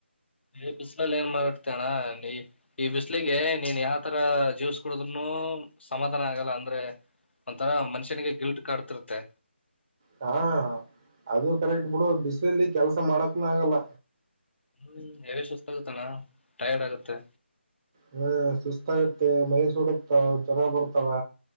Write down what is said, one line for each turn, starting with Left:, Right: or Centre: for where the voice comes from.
Left: ಈ ಬಿಸಿಲಲ್ಲಿ ಏನ್ ಮಾಡ್ತೇ ಅಣ್ಣ ನೀ ಈ ಬಿಸಲಿಗೆ ನೀನ್ ಯಾವ ತರ ಜ್ಯೂಸ್ ಕುಡುದ್ರುನು ಸಮಾಧಾನ ಆಗಲ್ಲ ಅಂದ್ರೆ ಒಂಥರ ಮನುಷ್ಯನಿಗೆ ಗಿಲ್ಟ್ ಕಾಡ್ತಿರುತ್ತೆ.
Right: ಹಾ, ಅದು ಕರೆಕ್ಟ್ ಬಿಡು ಬಿಸ್ಲಲ್ಲಿ ಕೆಲ್ಸ ಮಾಡಕ್ ಆಗಲ್ಲ.
Left: ಹ್ಮ್, ಎವಿ ಸುಸ್ತ ಆಗುತ್ತಣ ಟೈರ್ಡ್ ಆಗತ್ತೆ.
Right: ಹ್ಮ, ಸುಸ್ತಾಗುತ್ತೆ ಮೈ ಸುಡುತ್ತ ಜ್ವರ ಬರುತಾವ.